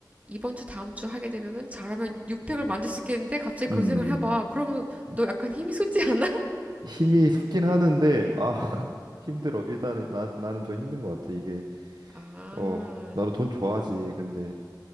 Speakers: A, on the right; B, on the right.
A: 이번 주 다음 주 하게 되면은 잘하면 6백을 만들 수 있겠는데 갑자기
B: 음.
A: 그런 생각을 해봐. 그러면 너
B: 음.
A: 약간 힘이 솟지 않아? <laughs>
B: 힘이 솟긴 하는데 아 <laughs>
A: 어.
B: 힘들어. 일단은 나 나는 좀 힘든 것 같아. 이게
A: 아.
B: 어, 나도 돈 좋아하지. 근데